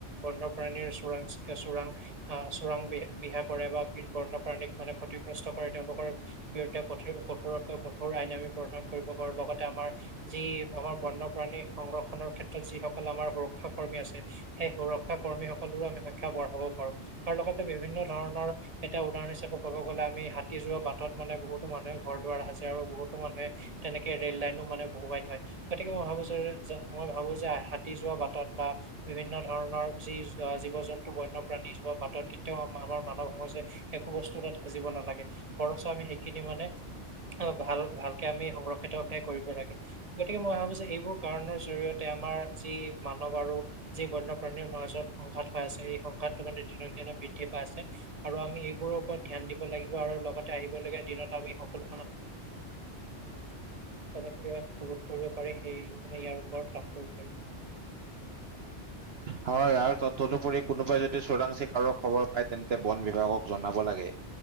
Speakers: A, on the right; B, on the right.
A: বনপ্ৰাণীৰ চোৰাং চোৰাং অহ চোৰাং বিহ বিহা কৰে বা বন্যপ্ৰাণীৰ মানে ক্ষতিগ্ৰস্ত কৰে তেওঁলোকৰ বিৰুদ্ধে। কঠোৰতকৈ কঠোৰ আইন আামি প্ৰধান কৰিব পাৰো লগতে আমাৰ যি আমাৰ বন্যপ্ৰাণী সংগ্ৰহ নৰ ক্ষেত্ৰত যিসকল আমাৰ সুৰক্ষা কৰ্মী আছে সেই সুৰক্ষা কৰ্মী সকলৰো আমি সংখ্যা বঢ়াব পাৰো। আৰু লগতে বিভিন্ন ধৰণৰ এটা উদাহৰণ হিচাপে ক'ব গ'লে আমি হাতী যোৱা বাটত মানে বহুো মানুহে ঘৰ দুৱাৰ সাজে আৰু বহুতো মানুহে তেনেকে ৰেল লাইনো মানে বহুোৱাই থৈ। গতিকে ভাবিছো যে যে মই ভাবো যে হাতি যোৱা বাটত বা বিভিন্ন ধৰণৰ যি জীৱ-জন্তু, বন্যপ্ৰাণী বাটত কেতিয়াও আমাৰ মানৱ সমাজে একো বস্তু তাত সাজিব নালাগে ।বৰঞ্চ আমি সেইখিনি মানে ভাল-ভালকে আমি সংৰক্ষিতহে কৰিব লাগে গতিকে মই ভাবো যে এইবোৰ কাৰণৰ জৰিয়তে আমাৰ যি মানৱ আৰু যি বন্যপ্ৰাণীৰ মাজত সংঘাত হৈ আছে এই ঘাতটো মানে দিনক দিনে বৃদ্ধি পাই আছে। আৰু আমি এইবোৰৰ ওপৰত ধ্যান দিব লাগিব আৰু লগতে আহিব লগীয়া দিনবোৰ সনেক কৰিব পাৰি সেই ইয়াৰ ওপৰত কাম কৰিব লাগিব।
B: হয়। আৰু তদুপৰি কোনোবাই যদি চোৰাং চিকাৰৰ খবৰ পায় তেন্তে বন বিভাগক জনাব লাগে।